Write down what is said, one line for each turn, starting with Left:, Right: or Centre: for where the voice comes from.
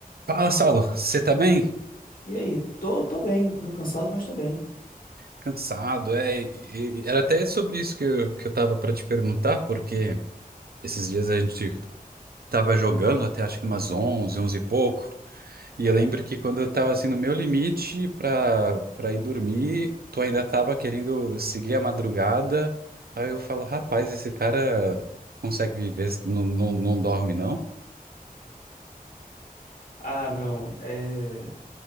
Right: Fala, Saulo, você tá bem?
Left: E aí, tô, tô bem, um pouquinho cansado, mas tô bem.
Right: Cansado, é. e- era até sobre isso que eu, que eu tava pra te perguntar, porque esses dias a gente tava jogando até acho que umas onze, onze e pouco, e eu lembro que quando eu tava assim no meu limite pra, pra ir dormir, tu ainda tava querendo seguir a madrugada, aí eu falo, rapaz, esse cara consegue viver, não, não, não dorme não?
Left: Ah, não, é...